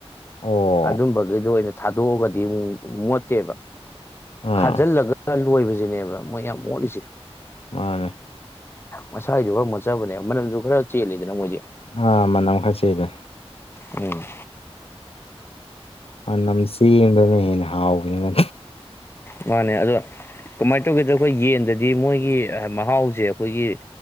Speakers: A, on the left; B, on the left.
A: ꯑꯣ
B: ꯑꯗꯨꯝꯕꯗꯩꯗ ꯑꯣꯏꯅ ꯊꯥꯗꯣꯛꯒꯗꯤ ꯃꯨꯛ ꯃꯣꯠꯇꯦꯕ
A: ꯑꯥ
B: ꯈꯥꯖꯥꯜꯂꯒ ꯂꯣꯏꯕꯖꯤꯅꯦꯕ ꯃꯣꯏ ꯌꯥꯝ ꯃꯣꯠꯂꯤꯖꯦ꯫
A: ꯃꯥꯅꯦ
B: ꯃꯁꯥꯏꯖꯨ ꯈꯔ ꯃꯣꯠꯆꯕꯅꯦ ꯃꯅꯝꯁꯨ ꯈꯔ ꯆꯦꯜꯂꯤꯗꯅ ꯃꯣꯏꯗꯤ꯫
A: ꯑ ꯃꯅꯝ ꯈꯔ ꯆꯦꯜꯕ
B: ꯎꯝ
A: ꯑꯅꯝ ꯆꯦꯟꯕꯅ ꯍꯦꯟꯅ ꯍꯥꯎꯕꯅꯤꯅ
B: ꯃꯥꯅꯦ ꯑꯗꯣ ꯀꯃꯥꯏ ꯇꯧꯒꯦꯗ ꯈꯣꯏ ꯌꯦꯟꯗꯗꯤ ꯃꯣꯏꯒꯤ ꯑꯍ ꯃꯍꯥꯎꯖꯦ ꯑꯈꯣꯏꯒꯤ